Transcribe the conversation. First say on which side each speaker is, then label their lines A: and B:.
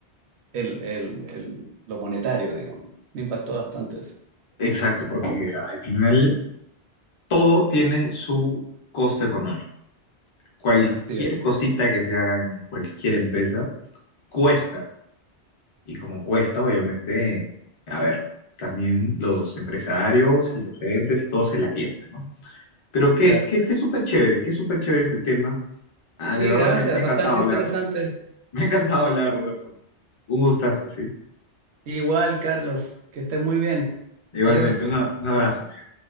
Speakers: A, on the right; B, on the left.
A: el, el- el- lo monetario, digamos. Me impactó bastante eso.
B: exacto, porque al final todo tiene su costo económico. Cualquier
A: Así es.
B: cosita que se haga en cualquier empresa cuesta. Y como cuesta, obviamente, a ver, también los empresarios y los gerentes y todos se la piensan, ¿no? Pero qué,
A: Tar-
B: qué, qué súper chévere, qué súper chévere este tema. Ah,
A: Sí,
B: de verdad
A: gracias,
B: me, me ha
A: bastante
B: encantado
A: interesante.
B: hablar. Me ha encantado hablar, Roberto. Un gustazo, ¿sí?
A: Igual, Carlos, que estés muy bien.
B: Igualmente,
A: Adiós.
B: un, a- un abrazo. amigo.